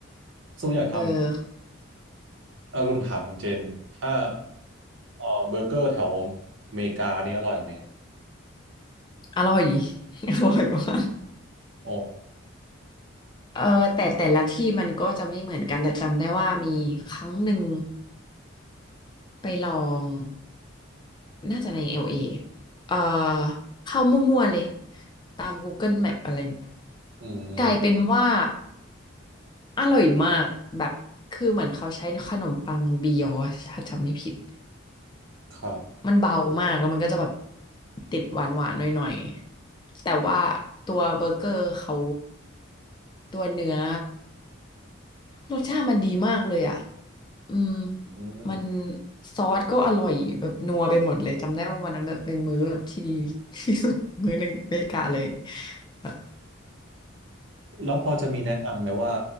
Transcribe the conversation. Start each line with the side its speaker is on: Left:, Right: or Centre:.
Right: สู้อยากทำ
Left: เออ
Right: เออคุณถามของเจนถ้าเออเบอร์เกอร์แถวอเมริกานี่อร่อยไหม
Left: อร่อย <laughs> อร่อยมาก
Right: อ๋อ
Left: เออแต่แต่ละที่มันก็จะไม่เหมือนกันแต่จำได้ว่ามีครั้งหนึ่งไปลองน่าจะในเอลเอเออเข้ามั่วๆเลยตาม Google Map อะไรอย่างเงี้ย
Right: อืม
Left: กลายเป็นว่า อร่อยมากแบบคือเหมือนเขาใช้ขนมปังบียอชถ้าจำไม่ผิด
Right: ครับ
Left: มันเบามากแล้วมันก็จะแบบติดหวานหวานหน่อยๆแต่ว่าตัวเบอร์เกอร์เขาตัวเนื้อรสชาติมันดีมากเลยอ่ะอืม
Right: อืม
Left: มันซอสก็อร่อยแบบนัวไปหมดเลยจำได้ว่าวันนั้นแบบเป็นมื้อแบบที่ดี <laughs> ที่สุดมื้อหนึ่งในอเมริกาเลยค่ะ
Right: แล้วพอจะมีแนะนำไหมว่า